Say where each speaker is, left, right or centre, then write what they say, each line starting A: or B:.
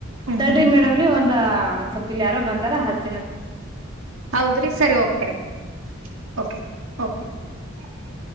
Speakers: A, on the right; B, on the right.
A: ತಡ್ರಿ
B: ಹ್ಮ್
A: ಮೇಡಮ್ರಿ ಒಂದ ಸೊಪ್ಪಿಲ್ ಯಾರೋ ಬಂದಾರ ಹಸ
B: ಹೌದ್ರಿ ಸರಿ ಓಕೆ ರಿ ಓಕೆ ಓಕೇ.
A: ಹಂ.